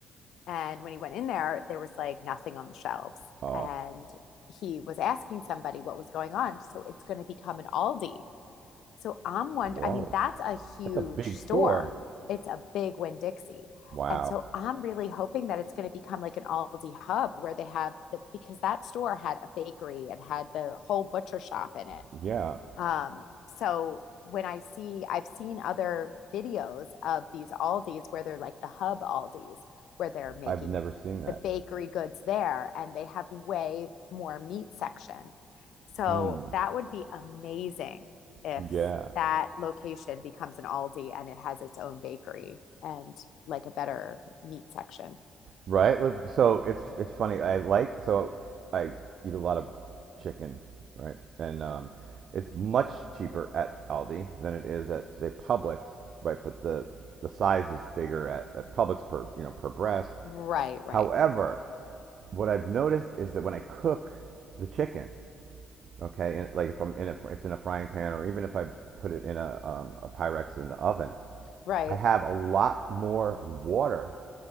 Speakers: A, on the left (about 75°); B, on the right (about 60°).
A: And when he went in there, there was like nothing on the shelves.
B: Oh,
A: And he was asking somebody what was going on. So it's going to become an Aldi. So I'm wondering,
B: whoa,
A: I mean, that's a huge
B: that's a big
A: store.
B: store.
A: It's a big Winn Dixie.
B: Wow.
A: And so I'm really hoping that it's going to become like an Aldi hub where they have the, because that store had a bakery, and had the whole butcher shop in it
B: Yeah,
A: um, so when I see, I've seen other videos of these Aldis where they're like the hub Aldis, where they're making
B: I've never seen that.
A: the bakery goods there and they have way more meat section. So
B: Hmm.
A: that would be amazing if
B: Yeah.
A: that location becomes an Aldi and it has its own bakery and like a better meat section.
B: Right. So it's it's funny. I like so I eat a lot of chicken, right? And um, it's much cheaper at Aldi than it is at say Publix, right? But the the size is bigger at, at Publix per you know per breast.
A: Right, right,
B: However, what I've noticed is that when I cook the chicken, okay, and like if I'm in a it's in a frying pan or even if I put it in a um, a Pyrex in the oven,
A: right.
B: I have a lot more water